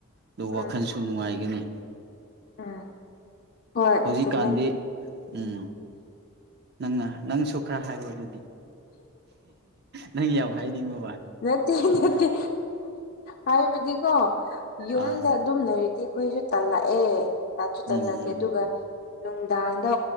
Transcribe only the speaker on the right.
ꯑꯗꯨ
ꯋꯥꯈꯜꯁꯨ ꯅꯨꯡꯉꯥꯏꯒꯅꯤ
ꯍꯧꯖꯤꯛꯀꯥꯟꯗꯤ
ꯎꯝ ꯅꯪꯅ ꯅꯪꯁꯨ ꯈꯔ ꯍꯥꯏꯌꯣ ꯑꯗꯨꯗꯤ ꯅꯪ ꯌꯥꯎ ꯍꯥꯏꯅꯤꯡꯉꯣ
ꯑꯥ
ꯎꯝ